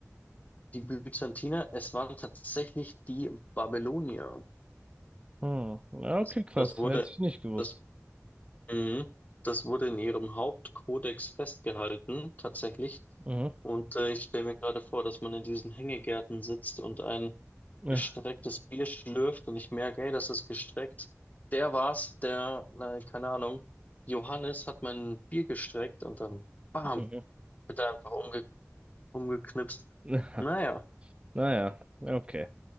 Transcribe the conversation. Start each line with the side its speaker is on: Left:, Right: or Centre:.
Left: Die Byzantiner, es waren tatsächlich die Babylonier.
Right: Hm. Ja, okay,
Left: Das,
Right: krass.
Left: das wurde,
Right: Hätte ich nicht gewusst.
Left: das, mhm. das wurde in ihrem Hauptkodex festgehalten, tatsächlich.
Right: Mhm.
Left: Und äh, ich stelle mir gerade vor, dass man in diesen Hängegärten sitzt und ein
Right: Ja,
Left: gestrecktes Bier schlürft und ich merke, ey, das ist gestreckt. Der war's, der, na, keine Ahnung, Johannes hat mein Bier gestreckt und dann bam,
Right: mhm.
Left: wird er einfach umgebracht. umgeknipst.
Right: <laughs>
Left: Naja.
Right: Naja, ja, okay.